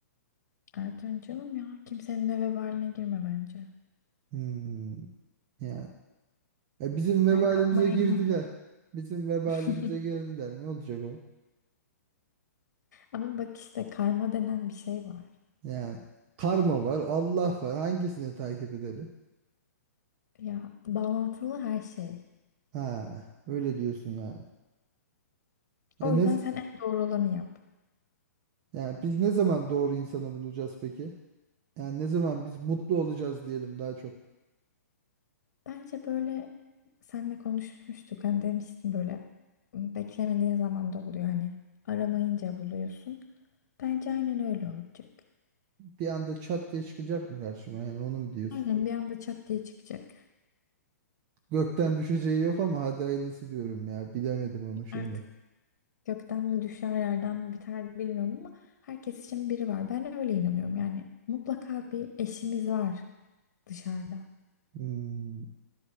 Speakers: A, on the left; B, on the right.
A: Erken canım ya. Kimsenin de vebaline girme bence.
B: Hmm. Yani Ya bizim vebalimize
A: Ben karmaya
B: girdiler.
A: inanıyorum.
B: Bizim vebalimize
A: <laughs>
B: girdiler. Ne olacak o?
A: Ama bak işte karma denen bir şey var.
B: Yani karma var, Allah var. Hangisini takip edelim?
A: Ya bağlantılı her şey.
B: Ha, öyle diyorsun yani.
A: O
B: E
A: yüzden
B: ne, z-
A: sen en doğru olanı yap.
B: yani biz ne zaman doğru insanı bulacağız peki? Yani ne zaman biz mutlu olacağız diyelim daha çok.
A: Bence böyle senle konuşmuştuk. Hani demiştin böyle "Hmm, beklemediğin zaman da oluyor hani. Aramayınca buluyorsun. Bence aynen öyle olacak.
B: Bir anda çat diye çıkacak mı karşıma yani onu mu diyorsun?
A: Aynen bir anda çat diye çıkacak.
B: Gökten düşeceği yok ama hadi hayırlısı diyorum ya. Bilemedim onu şimdi.
A: Artık gökten mi düşer yerden mi biter bilmiyorum ama herkes için biri var. Ben öyle inanıyorum yani. Mutlaka bir eşimiz var dışarıda.
B: Hmm.